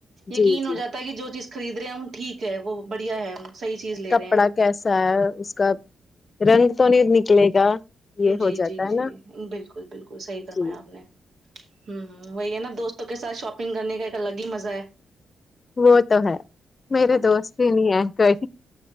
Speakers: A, on the right; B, on the left.
A: یقین
B: جی جی
A: ہو جاتا ہے کہ جو چیز خرید رہے ہیں ان ٹھیک ہے وہ بڑھیا ہے صحیح چیز لے
B: کپڑا
A: رہے ہیں
B: کیسا ہے اس کا رنگ تو نہیں نکلے گا یہ
A: جی
B: ہو جاتا
A: جی
B: ہے
A: جی
B: نا
A: بالکل بالکل صحیح فرمایا
B: جی جی
A: آپ نے ہمم ہمم وہی ہے نا دوست کے ساتھ شاپنگ کرنے کا ایک الگ ہی مزہ ہے
B: وہ تو ہے میرے
A: نا
B: دوست ہی نہیں ہے کوئی